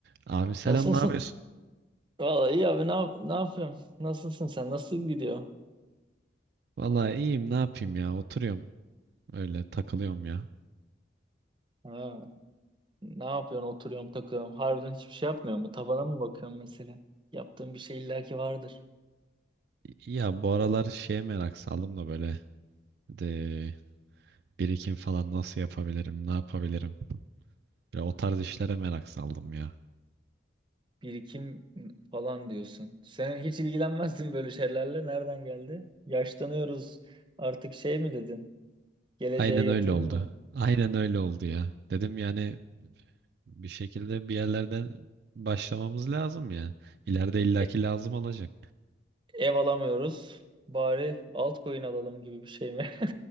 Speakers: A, on the right; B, on the right.
A: Abi selam
B: Nasılsın?
A: ne yapıyorsun?
B: Vallahi iyi abi ne, yap ne yapıyorum? Nasılsın sen? Nasıl gidiyor?
A: Vallahi iyiyim ne yapayım ya oturuyorum öyle takılıyorum ya.
B: Ha, ne yapıyorsun? Oturuyorum takıyorum. Harbiden hiçbir şey yapmıyor mu? Tavana mı bakıyorsun mesela? Yaptığın bir şey illaki vardır.
A: Ya bu aralar şeye merak saldım da böyle de birikim falan nasıl yapabilirim ne yapabilirim. Böyle o tarz işlere merak saldım ya.
B: Birikim falan diyorsun. Sen hiç ilgilenmezdin böyle şeylerle. Nereden geldi? Yaşlanıyoruz. Artık şey mi dedin? Geleceğe
A: Aynen
B: yatırım
A: öyle oldu.
B: mı?
A: Aynen öyle oldu ya. Dedim yani bir şekilde bir yerlerden başlamamız lazım ya. İleride illaki
B: E-
A: lazım olacak.
B: ev alamıyoruz. Bari altcoin alalım gibi bir şey mi? <laughs>